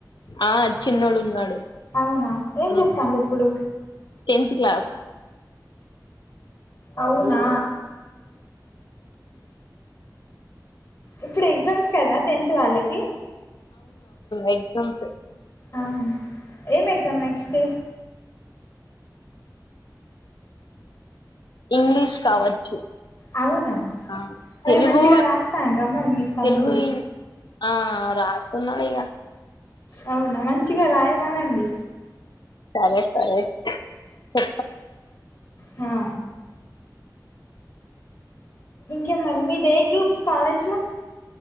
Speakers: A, on the left; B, on the left.
A: ఆ చిన్నోడు ఉన్నాడు
B: అవునా ఏం
A: ఉమ్
B: చేస్తాండు ఇప్పుడు
A: టెన్త్ క్లాస్
B: అవునా ఇప్పుడు ఎగ్జామ్స్ కదా టెన్త్ వాళ్ళకి
A: ఎక్జామ్స్
B: ఆ ఏం ఎగదాం నెక్స్ట్ డే
A: ఇంగ్లీష్ కావచ్చు
B: అవునా
A: ఆ
B: మరి
A: తెలుగు
B: మంచిగా రాస్తండ మరి మీ తమ్ముడు
A: తెలుగు ఇ- ఆ రాసన్నాళయగా
B: అవునా మంచిగా రాయమన అండి
A: సరే సరే చె
B: హా ఇంకేమరి మీద ఏ గ్రూప్ కాలేజ్ లో